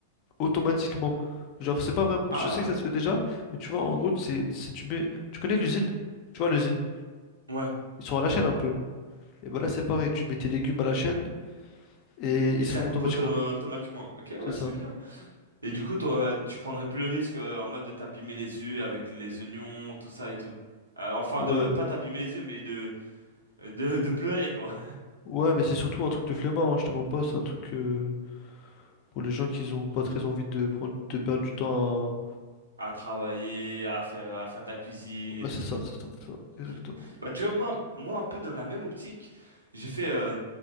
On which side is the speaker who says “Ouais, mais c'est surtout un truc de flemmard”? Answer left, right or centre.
Left